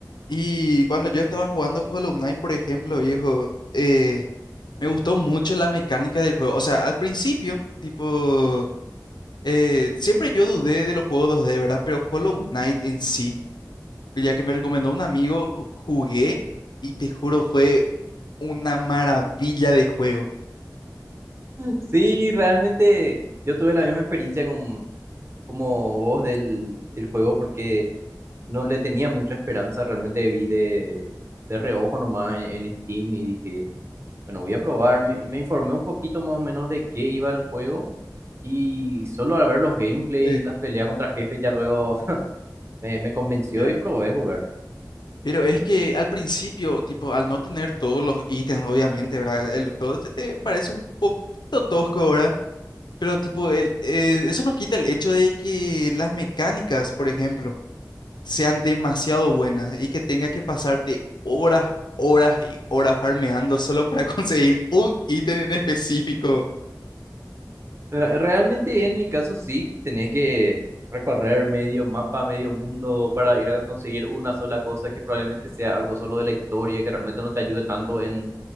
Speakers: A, on the left; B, on the right.
A: Y cuando yo estaba jugando Hollow Knight, por ejemplo, viejo, eh, me gustó mucho la mecánica del juego. O sea, al principio, tipo, eh, siempre yo dudé de los juegos dos d ¿verdad? Pero Hollow Knight en sí, ya que me recomendó un amigo, ju- jugué y te juro, fue una maravilla de juego.
B: Sí, realmente yo tuve la misma experiencia con, como vos del, del juego porque no le tenía mucha esperanza, realmente vi de, de reojo nomás en, en Steam y dije, bueno, voy a probar, me- y me informé un poquito más o menos de qué iba el juego y solo al ver los gameplays,
A: Sí.
B: las peleas contra jefes ya luego <laughs> me, me convenció
A: Pero,
B: y probé jugar.
A: pero es que al principio, tipo, al no tener todos los ítems, obviamente, ¿verdad? El juego se te parece un poquito tosco, ¿verdad? Pero tipo, el, eh, eso no quita el hecho de que las mecánicas, por ejemplo, sean demasiado buenas y que tenga que pasarte horas, horas y horas farmeando solo para <laughs> conseguir un ítem en específico.
B: Re- Realmente en mi caso sí, tenés que recorrer medio mapa, medio mundo para ir a conseguir una sola cosa que probablemente sea algo solo de la historia, que realmente no te ayude tanto en,